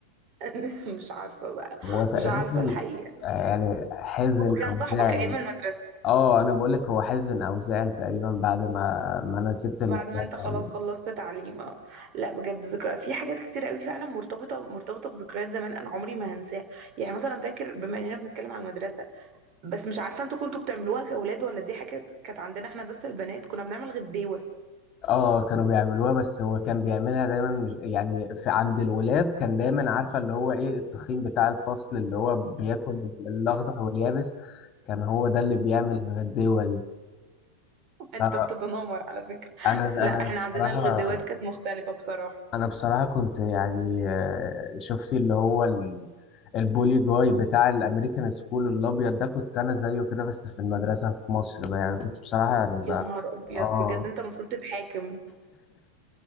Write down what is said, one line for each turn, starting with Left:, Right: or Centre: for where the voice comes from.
Right: <laughs> مش عارفه بقى
Left: هو تقريبا
Right: مش عارفه الحقيقه
Left: آه، يعني حزن
Right: هو كان
Left: او
Right: صاحبك
Left: زعل
Right: ايام المدرسه
Left: اه انا بقولك هو حزن او زعل تقريبا بعد ما ما انا سبت
Right: بعد
Left: المدرسة
Right: ما انت خلاص
Left: يعني.
Right: خلصت تعليم آه. لا بجد ذكرى في حاجات كتير قوي فعلا مرتبطه مرتبطه بذكريات زمان انا عمري ما هنساها يعني مثلا فاكر بما اننا بنتكلم عن المدرسه بس مش عارفه انتوا كنتوا بتعملوها كاولاد ولا دي حاجه كانت عندنا احنا بس البنات كنا بنعمل غديوه
Left: اه كانوا بيعملوها بس هو كان بيعملها دايما مش- يعني في عند الولاد كان دايما عارفه اللي هو ايه التخين بتاع الفصل اللي هو بياكل الاخضر واليابس كان هو ده اللي بيعمل الغديوه دي
Right: انت
Left: فانا
Right: بتتنمر على فكرة
Left: انا
Right: لا احنا
Left: بصراحه
Right: عندنا الغدوات كانت مختلفة بصراحة
Left: انا بصراحه كنت يعني آه، شفت اللي هو ال- البولي جاي بتاع الامريكان سكول الابيض ده كنت انا زيه كده بس في المدرسه في مصر بقى يعني كنت بصراحه يعني بقى
Right: يا نهار ابيض
Left: اه
Right: بجد انت المفروض تتحاكم